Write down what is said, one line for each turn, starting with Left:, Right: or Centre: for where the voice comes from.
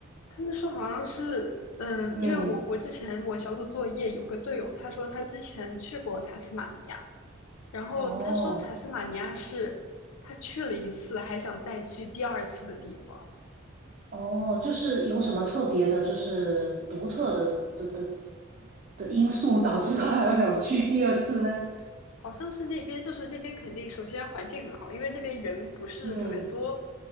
Left: 他们说好像是，嗯，
Right: 嗯，
Left: 因为我我之前我小组作业有个队友，他说他之前去过塔斯马尼亚，然后他说塔斯马尼亚是他去了一次还想再去第二次的地方。
Right: 哦，哦，就是有什么特别的，就是独特的的的的因素导致他还要想去第二次呢？
Left: 好像是那边，就是那边肯定首先环境很好，因为那边人不是特别多，
Right: 嗯，